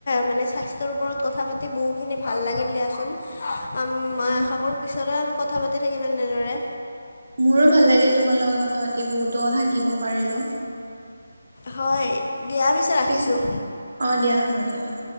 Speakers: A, on the left; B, on the right.
A: মানে স্বাস্থ্যৰ ওপৰত কথা পাতি বহুখিনি ভাল লাগিল দিয়াচোন।
B: অ
A: মই
B: মোৰ
A: আশা কৰো পিছলৈ আমি কথা-পাতি থাকিম এনেদৰে।
B: মোৰো ভাল লাগিল তোমাৰ লগত কথা পাতি বহুতো কথা শিকিব পাৰিলো।
A: হয়, দিয়া পিছে ৰাখিছোঁ।
B: পিছ অ', দিয়া হব দিয়া অ'।